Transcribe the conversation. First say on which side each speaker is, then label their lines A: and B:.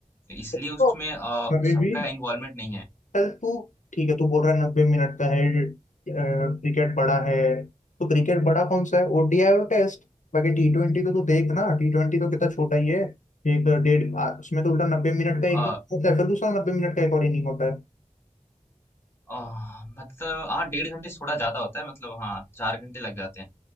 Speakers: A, on the left; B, on the left.
A: इसलिए
B: तो
A: उसमें अ,
B: कभी
A: सबका
B: भी
A: इन्वॉल्वमेंट नहीं है
B: चल तू ठीक है तू बोल रहा है नब्बे मिनट का है क्रिकेट बड़ा है तो क्रिकेट बड़ा कौन सा है ओडीआई और टेस्ट बाकी टी ट्वेंटी को तो देख ना टी ट्वेंटी तो कितना छोटा ही है एक डेढ़ आ, उसमें तो उल्टा नब्बे मिनट का एक
A: अ,
B: होता है फिर दूसरा नब्बे मिनट का एक और इनिंग होता है
A: अ, मतलब हाँ डेढ़ घंटे से थोड़ा ज्यादा होता है मतलब हाँ चार घंटे लग जाते हैं